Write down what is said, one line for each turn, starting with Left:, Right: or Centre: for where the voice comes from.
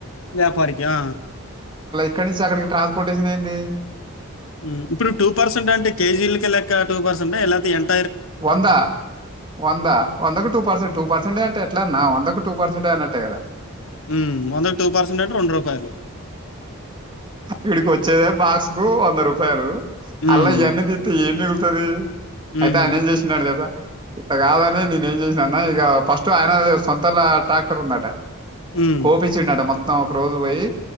Left: వ్యాపారికా
Right: ఇక్కడ్ నుంచి అక్కడికి ట్రాన్స్పోర్టేషన్ ఏంది?
Left: మ్ ఇప్పుడు టూ పర్సెంట్ అంటే కేజీలక లెక్క టూ పర్సెంట్ ఎలా తీయన్
Right: వందా వందా వందకు టూ పర్సెంట్ టూ పర్సెంటే అంటే ఎట్లన్న వందకు టూ పర్సంటైనట్టే కదా
Left: మ్ వందకి టూ పర్సెంటంటే రెండు రూపాయలు
Right: వీడికొచ్చేదే బాక్స్కు వంద రూపాయలు
Left: హ్మ్.
Right: అల్ల ఇయన్నీ తిత్తే ఏం మిగు తది
Left: హ్మ్.
Right: అయితే ఆయనేమ్ చేసినాడు కదా అట్ట కాదనే నేనేం చేసినన్న ఇగ ఫస్ట్ ఆయన సంతోల్ల ట్రాక్టర్ ఉందట.
Left: హ్మ్.
Right: కోపిచ్చిండట మొత్తం ఒక రోజు పోయి